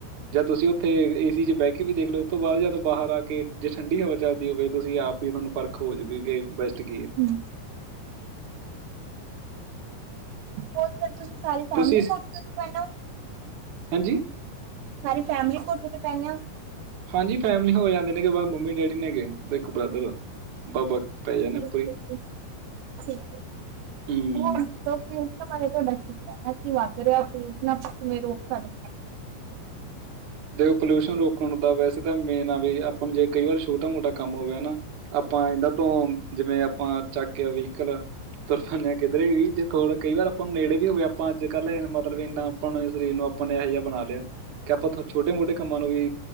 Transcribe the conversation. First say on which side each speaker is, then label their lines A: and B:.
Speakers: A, on the right; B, on the right.
A: ਜਾਂ ਤੁਸੀਂ ਉੱਥੇ ਏਸੀ ਚ ਬੈ ਕੇ ਵੀ ਦੇਖ ਲਿਓ ਓ ਤੋਂ ਬਾਅਦ ਜਾਂ ਬਾਹਰ ਆ ਕੇ ਜੇ ਠੰਡੀ ਹਵਾ ਚੱਲਦੀ ਹੋਵੇ ਤੁਸੀਂ ਆਪ ਹੀ ਥੋਨੂੰ ਪਰਖ ਹੋਜੂ ਕਿ ਬੈਸਟ ਕੀਆ
B: ਹਮ ਹੋਰ ਫਿਰ ਤੁਸੀਂ ਸਾਰੀ ਫੈਮਿਲੀ
A: ਤੁਸੀਂ
B: ਕੋਠੇ ਤੇ ਪੈਨੇ ਹੋ
A: ਹਾਂਜੀ
B: ਸਾਰੀ ਫੈਮਿਲੀ ਕੋਠੇ ਤੇ ਪੈਨੇ ਆ
A: ਹਾਂਜੀ ਫੈਮਲੀ ਹੋ ਜਾਂਦੇ ਨੇਗੇ ਬ ਮੰਮੀ ਡੈਡੀ ਨੇਗੇ ਤੇ ਇੱਕ ਬ੍ਰਦਰ ਬਾਬਾ ਪੈ ਜਾਂਦੇ
B: ਠੀਕ
A: ਉੱਪਰ
B: ਹੈੀ
A: ਹੀ
B: ਠੀਕ ਹੈ
A: ਹੂੰ
B: ਹੋਰ ਸ ਕਸ਼ ਭ ਨੇ <unintelligible> ਤੁਹਾਡਾ ਕੀ ਕਹਿਣਾ ਕਿ ਵਾਪਰ ਕਸ਼ ਨਾ ਆਪਾਂ ਕਿਵੇਂ ਰੋਕ ਸਕਦੇ ਹਾਂ
A: ਦੇ ਪੋਲਿਊਸ਼ਨ ਰੋਕਣ ਦਾ ਵੈਸੇ ਤਾਂ ਮੇਨ ਆ ਵੀ ਆਪਾਂ ਨੂੰ ਜੇ ਕਈ ਵਾਰ ਛੋਟਾ ਮੋਟਾ ਕੰਮ ਹੋਵੇ ਨਾ ਆਪਾਂ ਇਹਨਾਂ ਤੋਂ ਜਿਵੇਂ ਆਪਾਂ ਚੱਕ ਆ ਵਹੀਕਲ ਤੁਰਪੈਦੇ ਹਾਂ ਕਿੱਧਰੇ ਵੀ ਜੇ ਥੋੜ੍ਹੇ ਕਈ ਵਾਰ ਆਪਾਂ ਨੂੰ ਨੇੜੇ ਵੀ ਹੋਵੇ ਆਪਾਂ ਅੱਜ ਕੱਲ੍ਹ ਮਤਲਬ ਇੰਨਾ ਆਪਾਂਣੇ ਸਰੀਰ ਨੂੰ ਆਪਾਂ ਇਹੋ ਜਿਹਾ ਬਣਾ ਲਿਆ ਕਿ ਆਪਾਂ ਤੁ ਛੋਟੇ ਮੋਟੇ ਕੰਮਾਂ ਨੂੰ ਵੀ